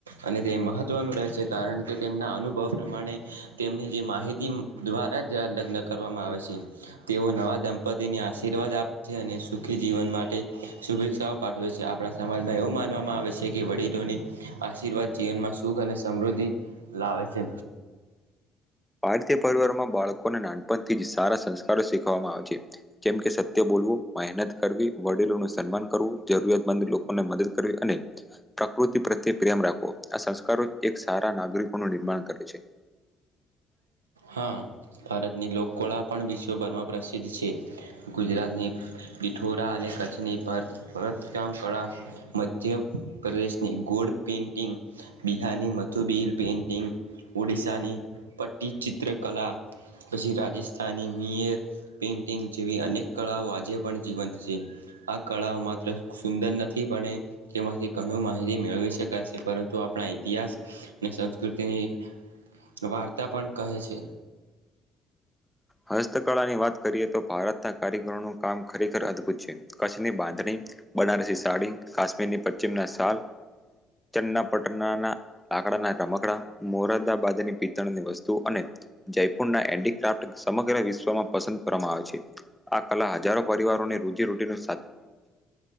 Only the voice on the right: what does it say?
અને તે મહત્વનું રહે છે કા કરણ કે તેમના અનુભવ પ્રમાણે તેમની જે માહિ તી દ્વારા જ લગ્ન કરવામાં આવે છે તેઓ નવા દંપતિને આશીર્વાદ આપે છે અને સુખી જીવન માટે શુભેચ્છાઓ પાઠવે છે આપણા સમાજમાં એવું માનવામાં આવે છે કે વડીલોની આશીર્વાદ જીવનમાં સુખ અને સમૃદ્ધિ લાવે છે.
હા, ભારતની લોકકળા પણ વિશ્વભરમાં પ્રસિદ્ધ છે. ગુજરાતની પિઠોરા અને કચ્છની ભાર ભરતકામ કળા મધ્ મધ્યપ્રદેશની ગોડ પેન્ટિંગ, બિહારની મથુબિહલ પેઇન્ટિંગ ઓડિશાની પટ્ટી ચિત્રકલા પછી રાજસ્થાની મેયર પેન્ટિંગ જેવી અનેક કળાઓ આજે પણ જીવંત છે. આ કળાઓ માત્ર સુંદર નથી પણ એ તેમાંથી ઘણું માહિતી મેળવી શકાય છે પરંતુ આપણા ઈતિહાસ અને સંસ્કૃતિની વાર્તા પણ કહે છે.